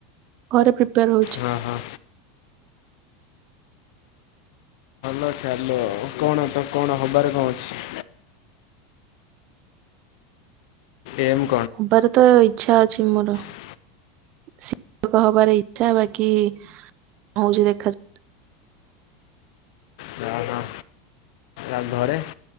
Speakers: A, on the right; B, on the left.
A: ଘରେ ପ୍ରିପେୟାର ହଉଛି।
B: ହଁ ହଁ ହଉ ଚାଲୁ ଆଉ କଣ ତ କଣ ହବାର କଣ ଅଛି। ଏମ୍
A: ହବାରେ ତ ଇଚ୍ଛା ଅଛି ମୋର।
B: ହ
A: ଶିକ୍ଷକ ହବାର ଇଛା ବାକି କଁ ହଉଛି ଦେଖାଯାଉ।
B: ହଁ ହଁ ଆଉ ଘରେ